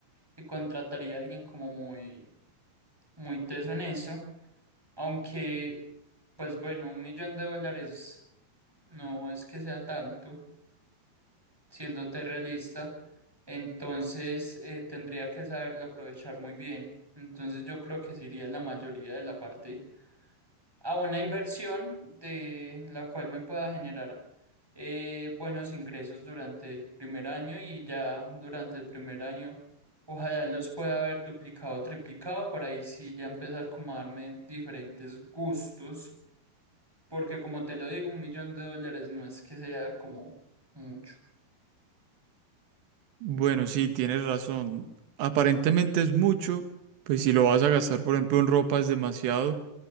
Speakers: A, in the centre; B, on the right.
A: y contrataría a alguien como muy muy teso en eso, aunque, pues bueno, un millón de dólares no es que sea tanto, siéndote realista, entonces eh, tendría que saberlo aprovechar muy bien. Entonces yo creo que sería la mayoría de la parte a una inversión de la cual me pueda generar eh, buenos ingresos durante el primer año y ya durante el primer año ojalá los pueda haber duplicado o triplicado para ahí sí ya empezar como a darme diferentes gustos porque como te lo digo un millón de dólares no es que sea como mucho
B: Bueno, sí, tienes razón. Aparentemente es mucho, pues si lo vas a gastar, por ejemplo, en ropa es demasiado,